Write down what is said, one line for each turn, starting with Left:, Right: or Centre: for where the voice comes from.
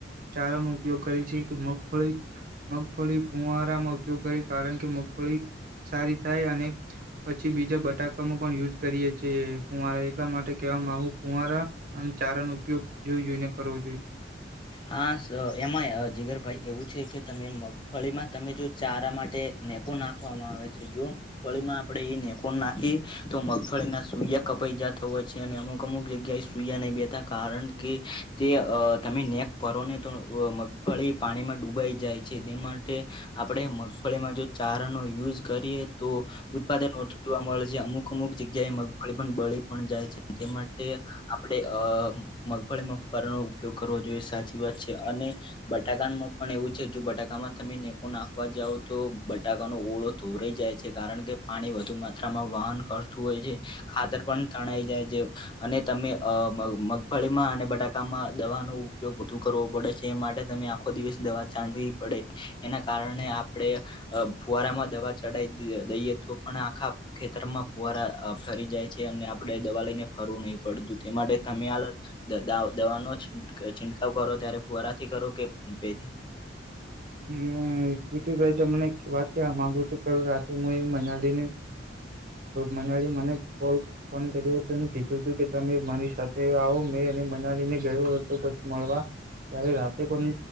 Right: ચારા ન ઉપયોગ કરીએ છીએ કે મગફળી મગફળી ફૂવારામાં ઉપયોગ કરીે કારણ કે મગફળી સારી થાય અને પછી બીજા બટાકામાં પણ યુઝ કરીએ છ છે, કુવારા એટલા માટે કેહેવામાં આવ કુવારા આમ ચારા ન ઉપયોગ જોઈ જોઈ ને કરવો જોઈએ
Left: હા એમાં જીગરભાઈ એવું છે, કે તમે મગફળીમાં તમે જો ચારા માટે નેકો નાખવામાં આવે છે જો મગફળીમાં આપડે એ નેકો નાખી તો મગફળી ના સૂ કપાઈ જતો હોય છે અને અમુક અમુક જગ્યાએ સૂયા નહી બેતાા કારણ કે તે તમે નેક ભારો ને તો મગફળી પાણીમાં ડૂબાઈ જાય છે, તે માટે આપડે મગફળીમાં જો ચારા નો યુઝ કરીએ તો ઉત્પાદન ઓછું જોવા મળે છે અમુક અમુક જગ્યાએ મગફળી પણ બળી પણ જાય છે, તે માટે આપણેે અ મગફળીમાં ફરનો ઉપયોગ કરવો જોઈએ સાચી વાત છે, અને બટાકામાં પણ એવું છે જો બટાકામાં તમે નેકો નાખવા જાવ તો બટાકાનો ઓળો ધોરઈ જાય છે કારણ કે પાણી વધુ માત્રામાં વહન કરતું હોય છે. ખાતર પણ તણાઈ જાય છે, અને તમે અ મગફળીમાં અને બટાકામા દવા નો ઉપયોગ વધધુ કરવો પડે છે, એ માટે તમે આખો દિવસ દવા ચાડવી પડે એના કારણે આપણે ફુવારામાં દવા ચઢાવ દઈએ તો પણ આખા ખેતરમાં ફુવારા ફરી જાય છે અને આપડણે દવા લઈને ફરવું નહીં પડતું તે માટે તમે આ દવા ન છિટકાવ કરો ત્યારે ફુરાથી કરો કે પેથી
Right: હમ કીતું ભાઈ તમને વાત ક માગુ છુ, કાલ રાતે હું એક મહિના લ ને મજડી મને કોલ ફોન કર્યો હતો અને કીધું હતું કે તમે મારી સાથે આવો મેં અને મનાલીને ગયો હતો પછી મળવા ત્યારે રાતે પણ